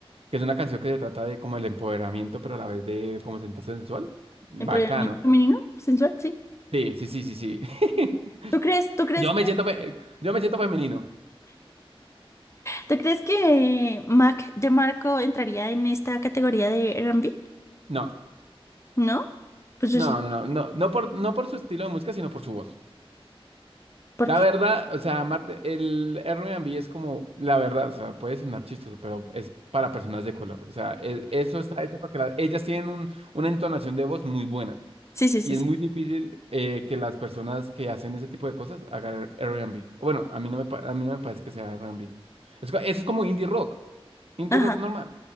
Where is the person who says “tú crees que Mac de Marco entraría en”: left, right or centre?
Left